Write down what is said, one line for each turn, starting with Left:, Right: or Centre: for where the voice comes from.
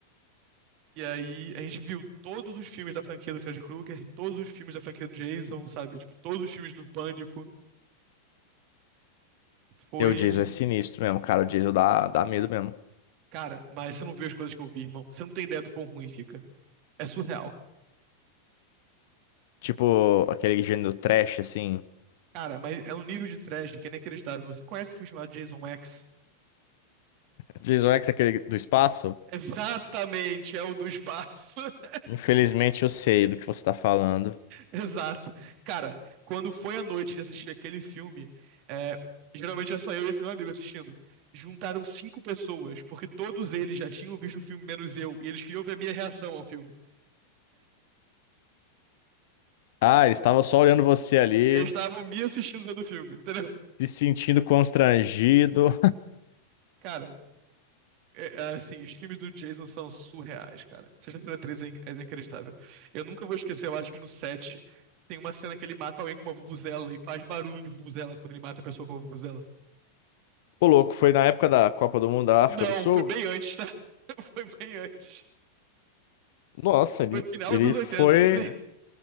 Right: E aí a gente viu todos os filmes da franquia do Fred Krueger, todos os filmes da franquia do Jason, sabe? Tipo, todos os filmes do Pânico. Foi.
Left: E o Jason é sinistro mesmo, cara. O Jason dá, dá medo mesmo.
Right: Cara, mas você não viu as coisas que eu vi, irmão. Você não tem ideia do quão ruim fica. É surreal.
Left: Tipo aquele gênero trash, assim.
Right: Cara, mas é um nível de trash que é inacreditável. Você conhece o filme chamado Jason X?
Left: Jason X, aquele do espaço.
Right: Exatamente, é o do espaço. <laughs>
Left: Infelizmente eu sei do que você tá falando.
Right: Exato. Cara, quando foi a noite de assistir aquele filme, é, geralmente é só eu e esse meu amigo assistindo. Juntaram cinco pessoas, porque todos eles já tinham visto o filme, menos eu, e eles queriam ver a minha reação ao filme.
Left: Ah, ele estava só olhando você ali,
Right: Eles estavam me assistindo vendo o filme, entendeu?
Left: se sentindo constrangido.
Right: Cara, é- é assim, os filmes do Jason são surreais, cara. Sexta-feira 13 é in- é inacreditável. Eu nunca vou esquecer, eu acho que no 7 tem uma cena que ele mata alguém com uma vuvuzela e faz barulho de vuvuzela quando ele mata a pessoa com uma vuvuzela.
Left: Ô, louco, foi na época da Copa do Mundo da África
Right: Não,
Left: do Sul?
Right: foi bem antes, tá? <laughs> Foi bem antes.
Left: Nossa, ele,
Right: Foi final
Left: ele
Right: dos
Left: foi,
Right: 80, sim.